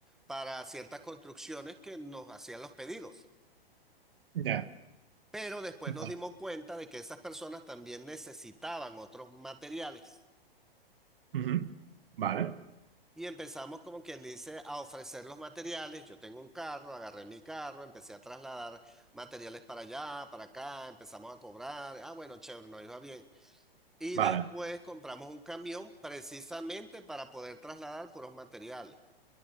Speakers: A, in the centre; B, on the right (about 65°).
A: para ciertas construcciones que nos hacían los pedidos.
B: Ya.
A: Pero después
B: Vale.
A: nos dimos cuenta de que esas personas también necesitaban otros materiales.
B: Ujú. Vale,
A: Y empezamos, como quien dice, a ofrecer los materiales. Yo tengo un carro, agarré mi carro, empecé a trasladar materiales para allá, para acá, empezamos a cobrar. Ah, bueno, chévere, nos iba bien. Y
B: vale,
A: después compramos un camión precisamente para poder trasladar puros materiales.